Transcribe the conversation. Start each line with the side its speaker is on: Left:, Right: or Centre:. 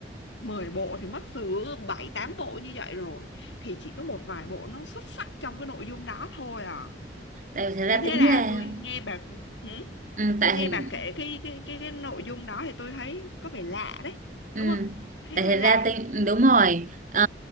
Left: 10 bộ thì mất xứ 7 8 bộ như vậy rồi thì chỉ có một vài bộ nó xuất sắc trong cái nội dung đó thôi à.
Right: tại vì thật ra
Left: Nên thế
Right: tính
Left: là
Right: ra
Left: tôi nghe bà hử?
Right: ừ, tại
Left: Tôi nghe
Right: hình
Left: bà kể cái cái cái cái nội dung đó thì tôi thấy có vẻ lạ đấy,
Right: Ừ.
Left: đúng không? Thấy
Right: Tại
Left: hơi
Right: thật
Left: lạ.
Right: ra tên đúng rồi Ờ,